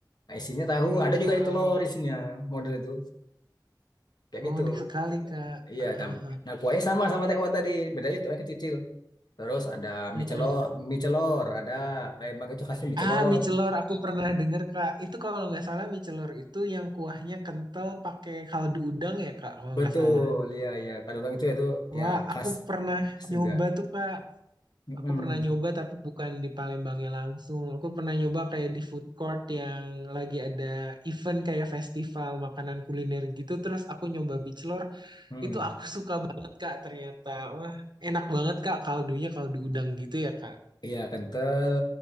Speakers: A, on the left (about 60°); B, on the right (about 65°).
A: nah, isinya tahu ada juga
B: wah.
A: yang telur isinya model itu kayak
B: Oh,
A: gitu
B: unik sekali, Kak.
A: Iya,
B: Ah,
A: tam.
B: ah, ah.
A: Nah, kuahnya sama sama tekwan tadi, bedanya tekwan kecil. Terus ada
B: Mm-mm.
A: mie celor, mie celor, ada Palembang itu khasnya mie celor.
B: Ah, mie celor aku pernah dengar, Kak. Itu kalau nggak salah mie celor itu yang kuahnya kental pakai kaldu udang ya, Kak, kalau
A: Betul,
B: nggak salah.
A: iya iya. Padahal itu itu
B: Wah,
A: ya khas
B: aku pernah
A: khas
B: nyoba
A: juga.
B: tuh, Kak.
A: Mm-mm.
B: Aku pernah nyoba tapi bukan di Palembangnya langsung. Aku pernah nyoba kayak di food court yang lagi ada event kayak festival makanan kuliner gitu. Terus aku nyoba mie celor,
A: Hmm.
B: Itu aku <laughs> suka banget Kak ternyata. Wah, enak banget Kak kaldunya kaldu udang gitu ya Kak.
A: Iya, kental.